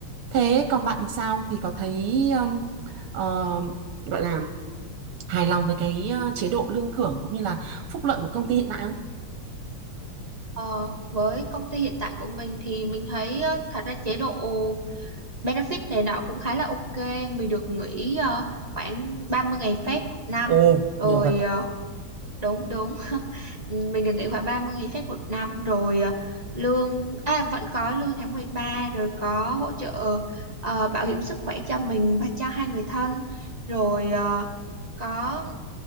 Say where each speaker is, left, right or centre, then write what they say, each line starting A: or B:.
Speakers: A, on the right; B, on the right.
A: thế còn bạn thì sao thì có thấy um, ờ, gọi là hài lòng với cái ờ, chế độ lương thưởng cũng như là phúc lợi của công ty hiện tại không
B: Ờ, với công ty hiện tại của mình thì mình thấy ờ, thật ra chế độ benefit này nọ cũng khá là ok. Mình được nghỉ ờ, khoảng 30 ngày phép một năm.
A: ồ
B: Rồi
A: nhiều vật
B: ờ, đúng đúng mình được nghỉ khoảng 30 ngày phép một năm rồi ờ, lương à, vẫn có lương tháng mười ba rồi có hỗ trợ ờ, bảo hiểm sức khỏe cho mình và cho hai người thân rồi ờ, có